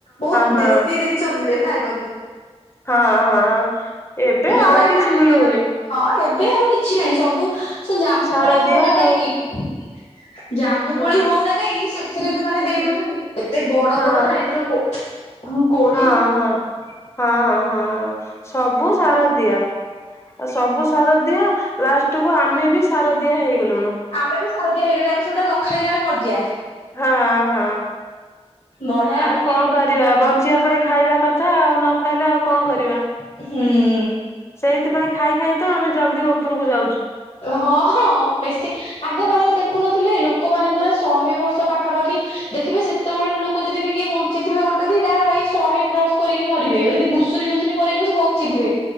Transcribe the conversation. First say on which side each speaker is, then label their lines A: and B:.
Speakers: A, on the left; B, on the left.
A: ବହୁତ
B: ହଁ।
A: ଦେଶୀ ଜିନିଷ ମିଳେ। ଖାଇବାକୁ।
B: ହଁ, ହଁ ଏବେ
A: ଯୋଉଗୁଡା
B: ଆଉ କିଛି
A: ଖାଇଲେ
B: ମିଳୁନି।
A: ଦେହରେ ହଁ, ଏବେ ଆଉ କିଛି ନାହିଁ ସବୁ ସେ ଜାମୁ
B: ସାର
A: କୋଳି ହଉନା
B: ଦିଆ
A: କାହିଁକି
B: ଆଉ
A: ଜାମୁ
B: ହଁ
A: କୋଳି ହଉନା ନାଇଁ ସେଥିରେ ବି ମାନେ ଦେଇ ଦଉଛନ୍ତି ଏତେ ବଡ
B: ହଁ
A: ବଡ ସାଇଜ ର କୋ କୋଳି
B: ହଁ ହଁ। ହଁ ହଁ। ସବୁ ସାର ଦିଆ। ଆ ସବୁ ସାର ଦିଆ। ଲାଷ୍ଟ କୁ ଆମେ ବି ସାର ଦିଆ ହେଇଗଲୁଣୁ।
A: ଆମେ ବି ଶାରଦିଆ ହେଇଗଲେଣି ଆମେ ସେଗୁଡା ନ ଖାଇଲେ ଆମେ ମରିଯିବା।
B: ହଁ ହଁ।
A: ବଢିଆ
B: ଆଉ
A: ମାନେ
B: କଣ କରିବା ବଞ୍ଚି ଯିବା, ପାଇଁ ଖାଇବା କଥା। ଆଉ ନ ଖାଇଲେ ଆଉ କଣ କରିବା?
A: ହୁଁ।
B: ସେଇଥିପାଇଁ ଖାଇ ଖାଇ ତ ଆମେ ଜଲଦି ଉପରକୁ ଯାଉଛୁ।
A: ହଁ ହଁ। ବେଶୀ ଆଗ କାଳରେ ଦେଖୁନଥିଲେ ଲୋକମାନେ ପୁରା ଶହେ ବର୍ଷ ପାଖାପାଖି ଦେଖିବେ ସେ ସେତବେଳର ଲୋକ ଯଦି ବି କିଏ ବଞ୍ଚିଥିବେ, ଗୋଟେ ଦିଟା ଭାଇ ଶହେ କ୍ରସ କରିକି ମରିବେ। ମାନେ ଘୁଷୁରୀ ଘୁଷୁରି ମରିବେ ପଛେ ବନ ଞ୍ଚି, ଥିବେ।